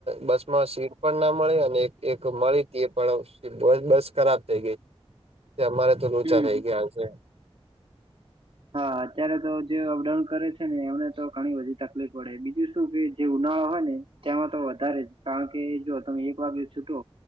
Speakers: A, on the right; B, on the right.
A: બસ માં સીટ પણ ના મળે અને એક. એક મળી તે પણ બ-બસ ખરાબ થઈ ગઈ. તે અમારે તો લોચા
B: હમ
A: થઈ
B: હમ.
A: ગયા આજે.
B: હા અત્યારે તો જે અપડાઉન કરે છે ને એમને તો ઘણી બધી તકલીફ પડે બીજું શું કે જે ઉનાળા હોય ને. તેમાં તો વધારે કારણ કે જો તમે એક વાગે છૂટો.